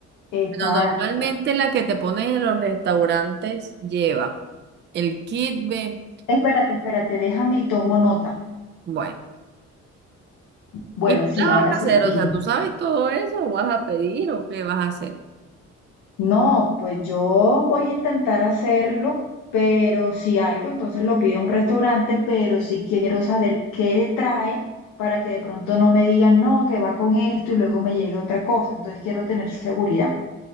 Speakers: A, on the left; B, on the right.
A: Exacto.
B: Pero normalmente la que te ponen en los restaurantes lleva el kitbe,
A: Espérate, espérate, déjame y tomo nota.
B: bueno,
A: Bueno,
B: ¿y tú
A: sí,
B: la vas
A: ahora
B: a
A: sí,
B: hacer?
A: dime.
B: O sea, ¿tú sabes todo eso? ¿O ¿Vas a pedir o qué vas a hacer?
A: No, pues yo voy a intentar hacerlo, pero si algo, entonces lo pido a un restaurante, pero sí quiero saber qué le trae para que de pronto no me digan, no, que va con esto y luego me llegue otra cosa. Entonces quiero tener seguridad.